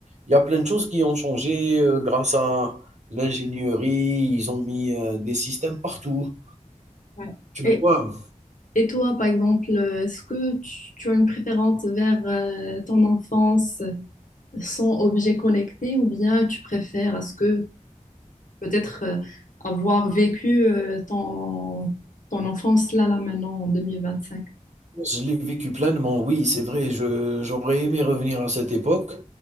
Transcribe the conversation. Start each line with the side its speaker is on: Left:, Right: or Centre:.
Right: il y a plein de choses qui ont changé, heu, grâce à l'ingénierie. Ils ont mis, heu, des systèmes partout,
Left: ouais.
Right: tu
Left: Et,
Right: vois?
Left: et toi, par exemple, euh, est-ce que tu, tu as une préférence vers euh, ton enfance? sans objet connecté ou bien tu préfères, est-ce que peut-être euh, avoir vécu euh, ton, ton enfance là, là maintenant en deux mille vingt-cinq
Right: Je l'ai vécu pleinement, oui, c'est vrai. Je, j'aurais aimé revenir à cette époque,